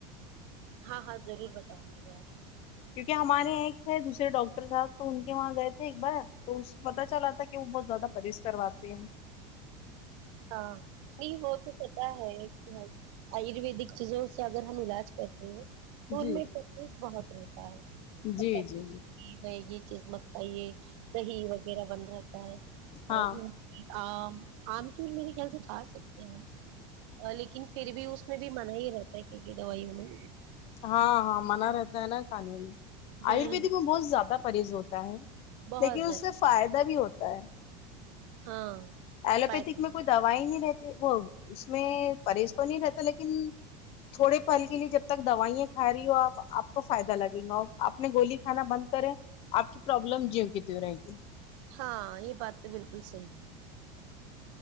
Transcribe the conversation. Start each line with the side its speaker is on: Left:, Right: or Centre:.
Right: ہاں ہاں ضرور بتاؤں گی میں آپ کو
Left: کیوںکہ ہمارے یہاں تھے دوسرے ڈاکٹر صاحب تو ان کے وہاں گئے تھے ایک بار تو اس سے پتا چلا رہا تھا کہ وہ بہت زیادہ پرہز کرواتے ہیں
Right: ہاں نہیں وہ تو پتا ہے کے آیورویدک چیزوں سے اگر ہم علاج کرتے ہیں تو ان
Left: جی
Right: میں سٹریس بہت رہتا ہے
Left: جی
Right: کھٹا
Left: جی
Right: پن
Left: جی
Right: ہے یہ چیز مت کھائیے دہی وغیرہ بند رہتا ہے
Left: ہاں
Right: آم آم کی املی میرے خیال سے کھا سکتے ہیں ا لیکن پھر بھی اس میں بھی منع ہی رہتا ہے ایک ایک دوائیوں میں
Left: ہاں ہاں منع رہتا ہے نا کھانے میں
Right: ہوں
Left: آیورویدک میں بہت زیادہ پرہز ہوتا ہے
Right: بہت
Left: لیکن
Right: زیادہ
Left: اس سے فائدہ بھی ہوتا ہے
Right: ہاں
Left: الاپھیتک
Right: فائدہ
Left: میں کوئی دوائی نہیں رہتے وہ اس میں پرہیز تو نہیں رہتا لیکن تھوڑے پل کے لیے جب تک دوائیں کھا رہی ہو آپ آپ کو فائدہ لگے گا اور آپ نے گولی کھانا بند کریں آپ کی پربلم جیوں کی تیوں رہے گئی
Right: ہاں یہ بات تو بالکل صحیح ہے